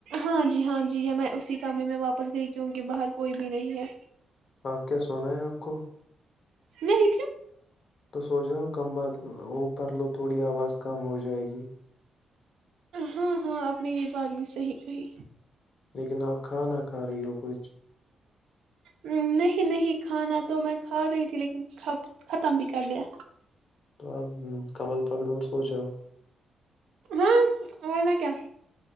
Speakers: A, on the right (about 80°); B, on the left (about 45°).
A: ہاں جی ہاں جی ہے میں اسی کامر میں واپس گئی کیوںکہ باہر کوئی بھی نہیں ہے
B: آپ کیا سونا ہے آپ کو
A: نہیں ا کیا
B: تو سوچاؤ کمبر ا پرر لو تھوڑی آواز کم ہو جائے گی
A: ہاں ہاں آپ نے یہ بات بھی صحیح کہی
B: لیکن آپ کھانہ کاری وگچ
A: نہیں نہیں کھانا تو تو میں کھا رہی تھی لیکن خ ختم بھی کر لیا
B: تو اپ کمل پکڑو اور سو جاؤ
A: ہاں ورنہ کیا